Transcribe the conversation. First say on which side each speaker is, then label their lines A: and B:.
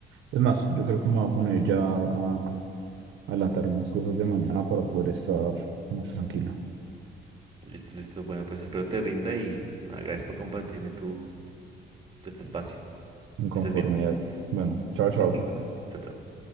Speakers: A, on the right; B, on the right.
A: Es más, yo creo que me voy a poner ya a adelantar unas cosas de mañana para poder estar más tranquilo,
B: Listo, listo. Bueno, pues espero te rinda y nada, gracias por compartirme tu, tu este espacio.
A: en conformidad.
B: Que estés bien.
A: Bueno, chao,
B: <laughs>
A: chao.
B: Chao, chao.